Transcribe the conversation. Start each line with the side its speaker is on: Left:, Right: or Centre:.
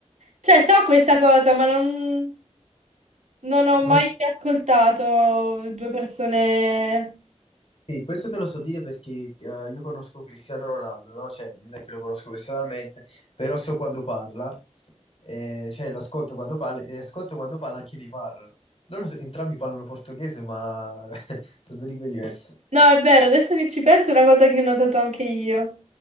Right: Cioè, so questa cosa, ma non, non ho
Left: Eh,
Right: mai ascoltato due persone...
Left: sì, questo te lo so dire perché eh, io conosco Cristiano Ronaldo, no? Cioè, non è che lo conosco personalmente, però so quando parla E, cioè, lo ascolto quando parla e ascolto quando parla anche Neymar. Loro s- entrambi parlano portoghese, ma <laughs> sono due lingue diverse.
Right: No, è vero, adesso che ci penso è una cosa che ho notato anche io.